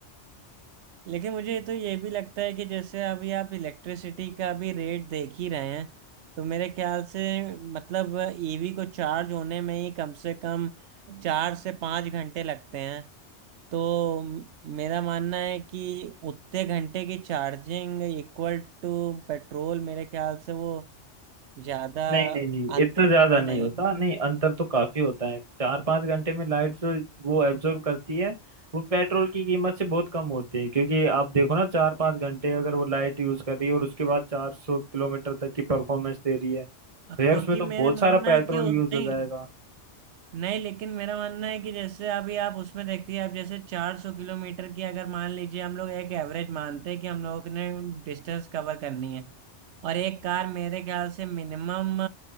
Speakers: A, on the right; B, on the right.
A: लेकिन मुझे तो ये भी लगता है कि जैसे अभी आप इलेक्ट्रिसिटी का भी रेट देख ही रहे हैं तो मेरे ख्याल से मतलब ईवी को चार्ज होने में ही कम से कम चार से पाँच घंटे लगते हैं तो म- मेरा मानना है कि उतने घंटे की चार्जिंग इक्वल टू पेट्रोल मेरे ख्याल से वो ज़्यादा
B: नहीं नहीं नहीं
A: अंतर
B: इतना ज्यादा
A: तो
B: नहीं
A: नहीं
B: होता
A: है।
B: नहीं अंतर तो काफी होता है चार पांच घंटे में लाइट जो वो एब्जॉर्ब करती है वो पेट्रोल की कीमत से बहुत कम होती है क्योंकि आप देखो ना चार पांच घंटे अगर वो लाइट यूज कर रही है और उसके बाद चार सौ किलोमीटर तक की परफॉर्मेंस दे रही है तो यार
A: क्योंकि
B: उसमें तो
A: मेरे
B: बहुत
A: मानना
B: सारा पेट्रोल
A: है कि उस-
B: यूज
A: नहीं
B: हो जाएगा
A: नहीं लेकिन मेरा मानना है कि जैसे अभी आप उसमें देखती है आप जैसे 400 किलोमीटर की अगर मान लीजिए हम लोग एक एवरेज मानते हैं कि हम लोगों ने डिस्टेंस कवर करनी है और एक कार मेरे ख्याल से मिनिमम